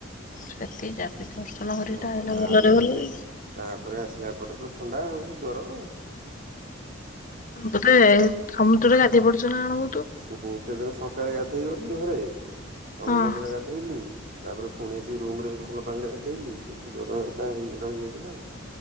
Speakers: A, on the left (about 40°); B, on the right (about 45°).
A: ସେତି ରାତିଟା ଦର୍ଶନ କରି
B: ହଁ
A: ଟା ଆଇଲ
B: ଆଉ
A: ଭଲରେ
B: କିଛି
A: ଭଲରେ।
B: ନାହିଁ। ତାପରେ ଆସିଲା ପରେ ତ ଥଣ୍ଡା ଆଉ ଜର।
A: ତୋତେ ସମୁଦ୍ରରେ ଗାଧେଇ ପଡ଼ିଚନା କଣ ବହୁତୁ।
B: ଉହୁଁ ସେଦିନ ସକାଳେ ଗାଧେଇ ଗଲି ଘରେ ସମୁଦ୍ରରେ
A: ହଁ।
B: ଗା ଧେଇଲି ତାପରେ ପୁଣି ଆସିକି ରୁମ ରେ ଭଲ ପାଣିରେ ଗାଧେଇଲି ସେଠୁ ଜର ହେଲା ହେଇ ରହିଯାଇଥିଲା ଆଉ।